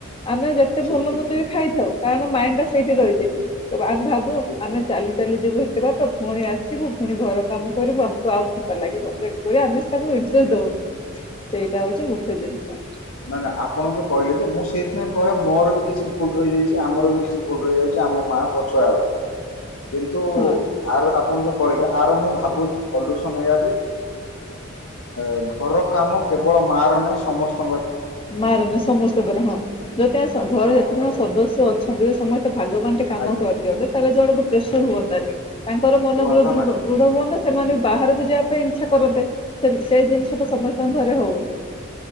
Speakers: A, on the left (about 25°); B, on the left (about 80°).
A: ଆମେ ଯେତେ
B: ଠିକ
A: ଭଲ
B: ଠିକ
A: ମନ୍ଦ
B: ଠିକ
A: ବି
B: ଠିକ
A: ଖାଇଥାଉ। କାରଣ ମାଇଣ୍ଡଟା ସେଇଠି ରହିଛେ
B: ଠିକ
A: ତ ଭା ଭାବୁ
B: ଠିକ ଠିକ
A: ଆମେ
B: ଠିକ
A: ଚାଲି ଚାଲି ଯିବୁ ଏବର୍ଷ ପୁଣି ଆସିବୁ ପୁଣି ଘର କାମ କରିବୁ ଆମକୁ ଆଉ ଛତା ଲାଗିବ ତେଣୁକରି ଆମେ ତାଙ୍କୁ ଇନ୍ତ୍ରେଷ୍ଟ୍ ଦଉନୁ ସେଇଟା ହଉଛି ମୁଖ୍ୟ ଜିନିଷ
B: ମାନେ ଆପଣ ଯୋଉ କହିଲେ ଯେ ମୁଁ ସେଇଥିପାଇଁ କହେ ମୋର ବି କିଛି ଭୁଲ ରହିଯାଇଛି ଆମର ବି କିଛି ଭୁଲ ରହିଯାଉଛି ଆମ ମା ପଛୁଆ ବେଳେ କିନ୍ତୁ
A: ହଁ।
B: ଆର ଆପଣ ଯଉ କହିଲି ଆର ମୁଁ ଭାବୁଛି ସଲୁସନ ଏଇଆ ଯି ଆ ଘର କାମ କେବଳ ମା ର ନାହିଁ ସମସ୍ତେ
A: ମାରଣ ସମସ୍ତଙ୍କର ହଁ ଯତେ ଆ ଘରେ
B: ହଁ
A: ଯେତେ
B: ମାନେ
A: ଜଣ ସଦସ୍ୟ ଅଛନ୍ତି ସେ ସମସ୍ତ ଭାଗବାନ ଟେ କାମ
B: ଆଜ୍ଞା
A: କରିଦିଅନ୍ତତା ତାହେଲେ ଜଣକୁ ପ୍ରେସର ହୁଅନ୍ତାନି। ତାଙ୍କର ମନବଳ
B: କୁହନ୍ତା
A: ଦୃଢ଼,
B: ନାହିଁ
A: ଦୃଢ଼ ହୁଅନ୍ତା। ସେମାନେ ବି, ବାହାରକୁ ଯିବା ପାଇଁ ଇଚ୍ଛା କରନ୍ତେ, ସେ ସେଇ ଜିନିଷ ଟା ସମସ୍ତଙ୍କ ଘରେ ହଉନି।